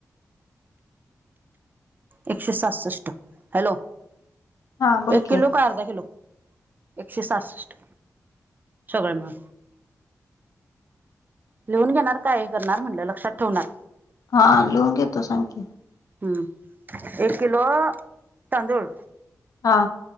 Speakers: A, on the right; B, on the left.
A: एकशे सहासष्ट. हॅलो,
B: हा बोल
A: एक
B: की.
A: किलो का अर्धा किलो? एकशे सहासष्ट सगळं मिळून. लिहून घेणार का हे करणार म्हणलं लक्षात ठेवणार.
B: हा लिहून घेतो, सागं की?
A: हम्म, एक किलो तांदूळ
B: हा.